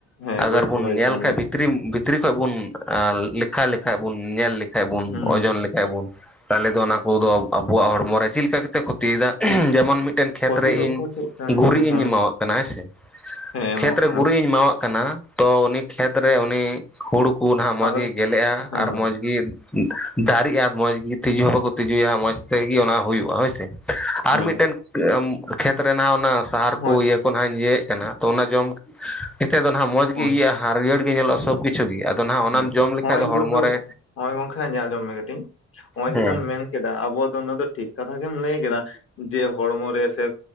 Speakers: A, on the left; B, in the centre.
A: ᱦᱮᱸ
B: ᱟᱜᱟᱨ
A: ᱵᱟᱹᱲᱤᱡ
B: ᱵᱚᱱ
A: ᱫᱚ ᱵᱟᱹᱲᱤᱡ
B: ᱧᱮᱞ
A: ᱠᱟᱱ
B: ᱠᱷᱟᱱ
A: ᱜᱮᱭᱟ
B: ᱵᱷᱤᱛᱨᱤ ᱵᱷᱤᱛᱨᱤ ᱠᱷᱚᱱ ᱵᱩᱱ ᱞᱮᱠᱷᱟ ᱞᱮᱠᱷᱟᱡ ᱵᱩᱱ ᱧᱮᱞ ᱞᱮᱠᱷᱟᱱ ᱵᱩᱱ
A: ᱦᱩᱸ
B: ᱳᱡᱚᱱ ᱞᱮᱼᱼ ᱮᱵᱚᱱ ᱛᱟᱦᱚᱞᱮ ᱫᱚ ᱚᱱᱟ ᱠᱚᱫᱚ ᱟᱵᱚᱣᱟᱜ ᱦᱚᱲᱢᱚᱨᱮ ᱪᱮᱫ ᱞᱮᱠᱟ ᱠᱟᱛᱮᱜ ᱠᱷᱚᱛᱤᱭᱮᱫᱟ, <unintelligible> ᱡᱮᱢᱚᱱ ᱢᱤᱫᱴᱮᱱᱼᱼ ᱠᱷᱮᱛ
A: ᱠᱷᱚᱛᱤ
B: ᱨᱮ
A: ᱫᱚ
B: ᱤᱧ
A: ᱠᱷᱚᱛᱤᱜ ᱠᱟᱱ
B: ᱜᱩᱨᱤᱡ
A: ᱜᱮᱭᱟ ᱦᱮᱸ
B: ᱤᱧ ᱮᱢᱟᱣᱟᱜ ᱠᱟᱱᱟ ᱦᱮᱸ ᱥᱮ,
A: ᱦᱮᱸ ᱮᱢᱚᱜ
B: ᱠᱷᱮᱛ ᱨᱮ
A: ᱠᱟᱱ
B: ᱜᱩᱨᱤᱡ ᱤᱧ ᱮᱢᱟᱣᱟᱜ ᱠᱟᱱᱟᱼᱼ ᱛᱚ ᱩᱱᱤ ᱠᱷᱮᱛᱨᱮ ᱩᱱᱤ, ᱦᱩᱲᱩ ᱠᱚ ᱱᱟᱸᱜ ᱢᱚᱸᱡᱽᱜᱮ
A: ᱟᱫᱚ
B: ᱜᱮᱞᱮᱜᱼᱟ
A: ᱦᱮᱸ
B: ᱟᱨ ᱢᱚᱸᱡᱽᱜᱤᱼᱼ ᱫᱟᱨᱮᱜᱜᱼᱟ ᱢᱚᱸᱡᱽ ᱜᱮ ᱛᱤᱡᱩ ᱦᱚᱸ ᱵᱟᱠᱚ ᱛᱤᱡᱩᱭᱟ ᱢᱚᱸᱡᱽ ᱛᱮᱜᱮ ᱚᱱᱟ ᱦᱩᱭᱩᱜᱼᱟ ᱦᱚᱭ ᱥᱮ ᱾ ᱟᱨ
A: ᱦᱮᱸ
B: ᱢᱤᱫᱴᱮᱱ ᱠᱷᱮᱛ ᱨᱮ ᱚᱱᱟ ᱥᱟᱦᱟᱨ
A: ᱦᱳᱭ
B: ᱠᱚ ᱤᱭᱟᱹᱼᱼ ᱡᱚᱠᱦᱚᱱ ᱦᱟᱜ ᱤᱭᱟᱹᱮᱫ ᱠᱟᱱᱟ, ᱛᱚ ᱚᱱᱟ ᱡᱚᱢ ᱠᱟᱛᱮ ᱫᱚ ᱱᱟᱜ ᱢᱚᱸᱡᱽ ᱜᱮ
A: ᱦᱳᱭ
B: ᱤᱭᱟᱹᱜᱼᱟ ᱦᱟᱹᱨᱭᱟᱹᱲ ᱜᱮ ᱧᱮᱞᱚᱜ ᱥᱚᱵᱽ ᱠᱤᱼᱼ <unintelligible> ᱟᱫᱚ ᱱᱟᱦᱟᱜ ᱚᱱᱟᱢ
A: ᱦᱮᱸ
B: ᱡᱚᱢ ᱞᱮᱠᱷᱟᱡ
A: ᱱᱚᱜᱚᱭ
B: ᱫᱚ ᱦᱚᱲᱢᱚ
A: ᱜᱚᱜᱚ
B: ᱨᱮ
A: ᱱᱚᱜᱚᱭ ᱜᱚᱝᱠᱮ ᱤᱧᱟ <unintelligible> ᱟᱸᱡᱚᱢ ᱢᱮ ᱠᱟᱹᱴᱤᱡ ᱱᱚᱜᱼᱚᱭ
B: ᱦᱮᱸ
A: ᱡᱮᱴᱟᱢ ᱢᱮᱱ ᱠᱮᱫᱟ ᱟᱵᱚ ᱫᱚ ᱱᱚᱣᱟ ᱫᱚ ᱴᱷᱤᱠ ᱠᱟᱛᱷᱟ ᱜᱮᱢ ᱞᱟᱹᱭ ᱠᱮᱫᱟ ᱾ ᱡᱮ ᱦᱚᱲᱢᱚᱨ ᱨᱮ ᱥᱮ,